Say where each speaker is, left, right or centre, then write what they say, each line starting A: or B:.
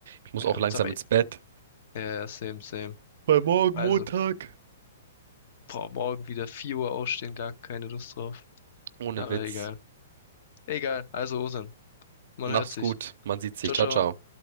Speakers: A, on the right; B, on the left.
A: Ich muss
B: Ähm,
A: auch langsam
B: ist aber,
A: ins
B: ja,
A: Bett.
B: ja, same, same.
A: Weil morgen
B: Also,
A: Montag.
B: boah, morgen wieder 4 Uhr aufstehen, gar keine Lust drauf.
A: Ohne
B: Aber
A: Witz.
B: egal. Egal, also Osan, man
A: Mach's
B: hört sich.
A: gut. Man sieht sich.
B: Ciao,
A: Ciao,
B: ciao.
A: ciao.